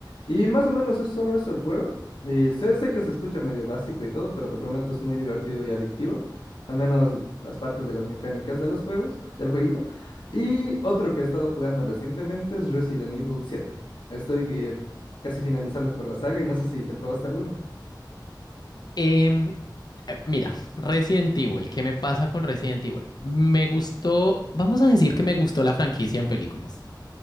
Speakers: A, on the left; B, on the left.
A: Y más o menos es solo eso el juego. Y sé, sé que se escucha medio básico y todo, pero te prometo es muy divertido y adictivo al menos las partes de las mecánicas de los juegos, del jueguito. Y otro que he estado jugando recientemente es Resident Evil siete Estoy eh, casi finalizando con la saga y no sé si te probaste alguno.
B: Em, eh, mira, Resident Evil, ¿qué me pasa con Resident Evil? Me gustó, vamos a decir que me gustó la franquicia en películas.